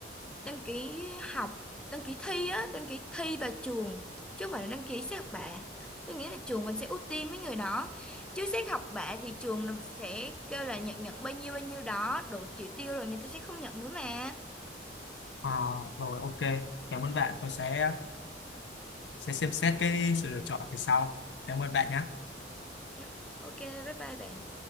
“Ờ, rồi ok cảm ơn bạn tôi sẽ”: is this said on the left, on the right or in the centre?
Left